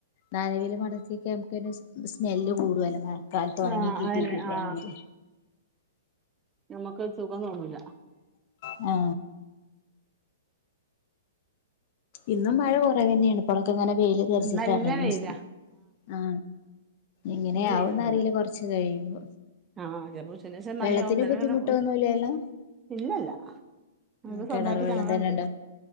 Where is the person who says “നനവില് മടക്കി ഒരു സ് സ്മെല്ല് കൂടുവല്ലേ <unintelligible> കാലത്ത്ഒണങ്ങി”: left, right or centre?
Left